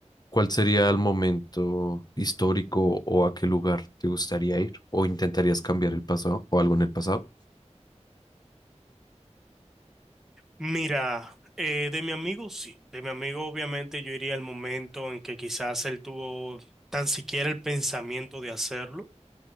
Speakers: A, on the left; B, in the centre.
A: ¿Cuál sería el momento histórico o a qué lugar te gustaría ir? ¿O intentarías cambiar el pasado o algo en el pasado?
B: Mira, eh, de mi amigo sí, de mi amigo obviamente yo iría al momento en que quizás él tuvo tan siquiera el pensamiento de hacerlo.